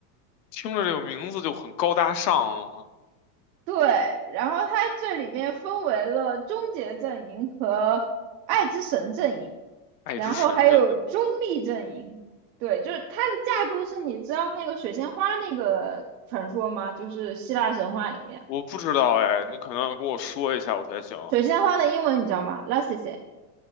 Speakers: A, on the left; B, on the right.
A: 听着这个名字就很高大上啊，
B: 对，然后它这里面分为了终结阵营和爱之神阵营，
A: 爱之神这，
B: 然后还有中立阵营。
A: 嗯，
B: 对，就是它的架构是，你知道那个水仙花那个传说吗？就是希腊神话里面
A: 我不知道哎，你可能要跟我说一下我才行。
B: 水仙花的英文你知道吗 l a s s i e